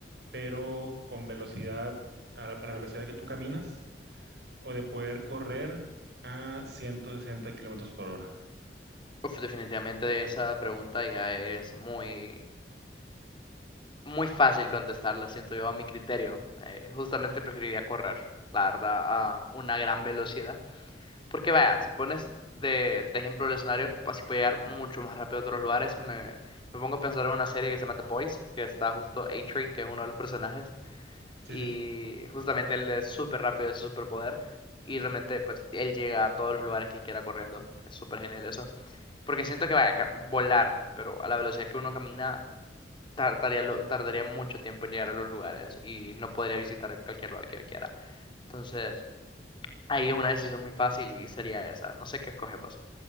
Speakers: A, on the right; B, on the left.
A: pero con velocidad, a la, a la velocidad que tú caminas, o de poder correr a 160 kilómetros por hora.
B: Uf, definitivamente esa pregunta ya es muy, muy fácil contestarla, siento yo, a mi criterio. Eh, justamente preferiría correr, la verdad, a una gran velocidad. Porque vaya, si pones de, de ejemplo el escenario, así puedo llegar mucho más rápido a otros lugares. Me, me pongo a pensar en una serie que se llama The Boys, que está justo A-Train, que es uno de los personajes,
A: Sí,
B: y
A: sí.
B: justamente él es súper rápido, es su superpoder, y realmente pues él llega a todos los lugares que él quiera corriendo. Es súper genial eso. Porque siento que vaya a ca- volar, pero a la velocidad que uno camina, tardaría, lo- tardaría mucho tiempo en llegar a los lugares y no podría visitar cualquier lugar que yo quiera. Entonces, ahí es una decisión muy fácil y sería esa. No sé qué escoge, pues.